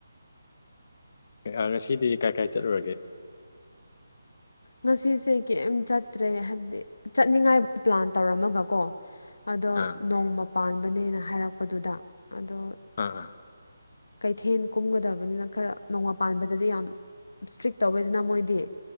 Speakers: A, on the left; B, on the left.
A: ꯑ ꯉꯁꯤꯗꯤ ꯀꯥꯏ ꯀꯥꯏ ꯆꯠꯂꯨꯔꯒꯦ
B: ꯉꯁꯤꯁꯦ ꯀꯩꯝ ꯆꯠꯇ꯭ꯔꯦ ꯍꯥꯏꯕꯗꯤ ꯆꯠꯅꯤꯡꯉꯥꯏ ꯄ꯭ꯂꯥꯟ ꯇꯧꯔꯝꯃꯒ ꯀꯣ ꯑꯗꯣ
A: ꯑꯥ
B: ꯅꯣꯡꯃ ꯄꯥꯟꯕꯅꯦꯅ ꯍꯥꯏꯔꯛꯄꯗꯨꯗ ꯑꯗꯣ
A: ꯑꯥ ꯑꯥ
B: ꯀꯩꯊꯦꯟ ꯀꯨꯝꯒꯗꯕꯅꯤꯅ ꯈꯔ ꯅꯣꯡꯃ ꯄꯥꯟꯕꯗꯗꯤ ꯌꯥꯝ ꯏꯁ꯭ꯇ꯭ꯔꯤꯛ ꯇꯧꯑꯦꯗꯅ ꯃꯣꯏꯗꯤ